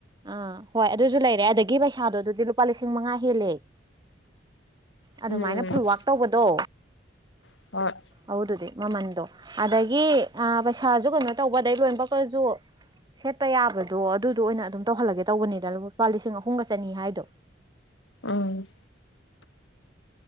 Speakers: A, on the right (about 20°); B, on the left (about 80°).
A: ꯑꯥ ꯍꯣꯏ ꯑꯗꯨꯁꯨ ꯂꯩꯔꯦ ꯑꯗꯨꯗꯒꯤ ꯄꯩꯁꯥꯗꯣ ꯑꯗꯨꯗꯤ ꯂꯨꯄꯥ ꯂꯤꯁꯤꯡ ꯃꯉꯥ ꯍꯦꯜꯂꯦ ꯑꯗꯨꯃꯥꯏꯅ
B: ꯎꯝ
A: ꯐꯨꯜꯋꯥꯛ ꯇꯧꯕꯗꯣ
B: <unintelligible>
A: ꯑꯗꯨꯗꯨꯗꯤ ꯃꯃꯟꯗꯣ ꯑꯗꯒꯤ ꯑ ꯄꯩꯁꯥꯁꯨ ꯀꯩꯅꯣ ꯇꯧꯕꯗꯩ ꯂꯣꯏꯅꯃꯛꯈꯁꯨ ꯁꯦꯠꯄ ꯌꯥꯕꯗꯣ ꯑꯗꯨꯗꯣ ꯑꯣꯏꯅ ꯑꯗꯨꯝ ꯇꯧꯍꯜꯂꯒꯦ ꯇꯧꯕꯅꯤꯗ ꯂꯨꯄꯥ ꯂꯤꯁꯤꯡ ꯑꯍꯨꯝꯒ ꯆꯅꯤ ꯍꯥꯏꯗꯣ
B: ꯎꯝ